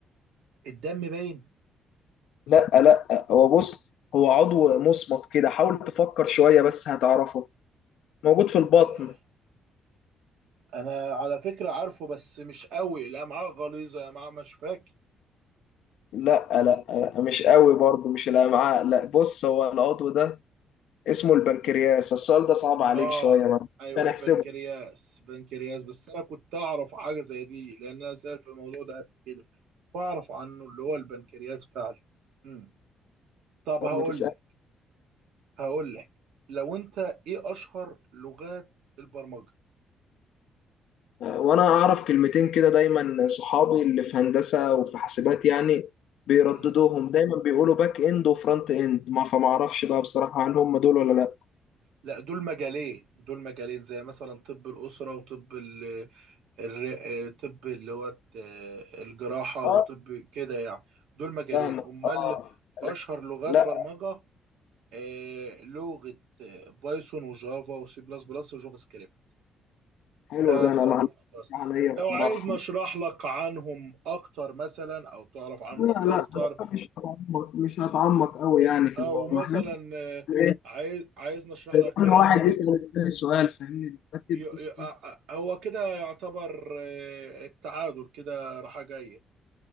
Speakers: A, on the right (about 80°); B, on the left (about 75°).
A: الدم باين
B: لا لا هو بص هو عضو مصمت كده حاول تفكر شوية بس هتعرفه موجود في البطن
A: آه، أنا على فكرة عارفه بس مش قوي لا معاه غليظة لا معاه مش فاكر
B: لا لا لا، مش قوي برضه مش الامعاء لا بص هو العضو ده اسمه البنكرياس السؤال ده صعب عليك
A: اه
B: شوية ما
A: ايوه
B: هنحسبه
A: البنكرياس بنكرياس بس انا كنت اعرف حاجه زي دي لان انا سأل في الموضوع ده قبل كده واعرف عنه اللي هو البنكرياس فعلا امم طب
B: طب
A: هقول
B: ما تسأل
A: لك هقول لك لو انت ايه اشهر لغات البرمجه
B: وانا اعرف كلمتين كده دايما صحابي اللي في هندسه وفي حاسبات يعني بيرددوهم
A: امم
B: دايما بيقولوا باك اند وفرونت اند ما فما اعرفش بقى بصراحه هل هم دول ولا لا
A: لا دول مجالين دول مجالين زي مثلا طب الأسرة وطب ال... الر... طب اللي هو الت- الجراحة
B: اه
A: وطب كده يعني دول مجالين
B: فاهمك
A: أمال
B: اه
A: أشهر لغات
B: لا
A: برمجة آه، لغة آه، بايثون وجافا وسي بلس بلس وجافا سكريبت
B: حلو
A: ده
B: ده
A: سؤال
B: انا معلش
A: مختص
B: عليا
A: لو عايز
B: بصراحه
A: نشرح لك عنهم أكتر مثلا أو تعرف عنهم
B: لا
A: أكتر
B: لا بس أنا مش هتعمق مش هتعمق قوي يعني في
A: أو
B: الموضوع
A: مثلا
B: احنا
A: آه،
B: بس ايه
A: عايز عايز نشرح لك
B: كل
A: عنهم
B: واحد يسال التاني سؤال فاهمني بكتب
A: ي-
B: بس
A: ي- آه،
B: ايه
A: آه، هو كده يعتبر آه، التعادل كده راحة جاية